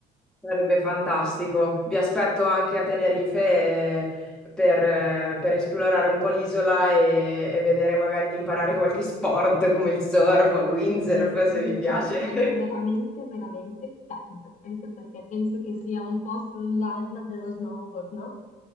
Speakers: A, in the centre; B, on the left.
A: Sarebbe fantastico. Vi aspetto anche a Tenerife eh, per, eh, per esplorare un po' l'isola e, e vedere magari di imparare qualche sport come il surf o il windsurf se
B: Mi
A: vi piace.
B: piacerebbe
A: <laughs>
B: veramente, veramente tanto, anche perché penso che sia un po' sull'anda dello snowboard, no?